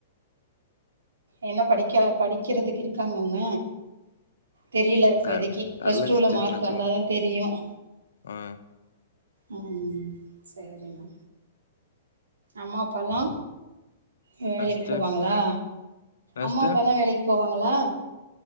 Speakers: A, on the right; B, on the left.
A: என்ன படிக்க படிக்கிறதுக்கு இருக்காங்கங்க தெரில இப்போதக்கி
B: தர்
A: பிளஸ்
B: தர்ல
A: டூல
B: சிஸ்டர்
A: மார்க்
B: என்னாத்துக்கு
A: வந்தா தா தெரியும்
B: ஆ
A: உம் சரிம்மா அம்மா அப்பாலா வேலைக்கு
B: என்ன சிஸ்டர்
A: போவாங்களா
B: என்ன
A: அம்மா
B: சிஸ்டர்
A: அப்பால்லாம் வேலைக்கு போவாங்களா